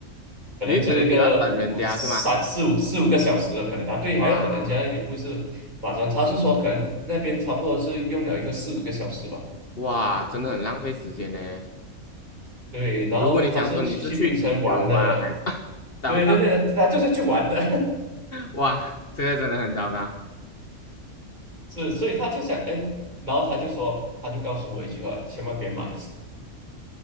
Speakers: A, on the right (about 30°); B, on the left (about 45°).
A: 可能就一个五五三四五四五个小时的可能啊，
B: 因为可能你要等人家是吗？
A: 对，
B: 哇，
A: 还要等人家也不是马上，他是说可能那边差不多是用了一个四五个小时吧。
B: 哇，真的很浪费时间呢。
A: 对，然后他是去槟城玩的，
B: 如果你想说你是去旅游啊，还是 <laughs> 糟糕，
A: 对对对，他就是去玩的，
B: 哇，这个真的很糟糕。
A: <laughs> 是，所以他就想，哎，然后他就说，他就告诉我一句话，千万别买。